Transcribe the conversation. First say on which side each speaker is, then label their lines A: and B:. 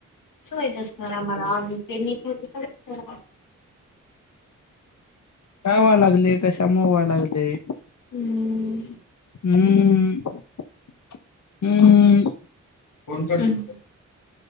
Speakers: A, on the left; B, on the left.
A: माहीत असणार आमाला, <unintelligible>
B: काय व्हा लागलेय? कशामूळ व्हा लागलेय?
A: हम्म.
B: ऊ ऊ.
A: <inaudible>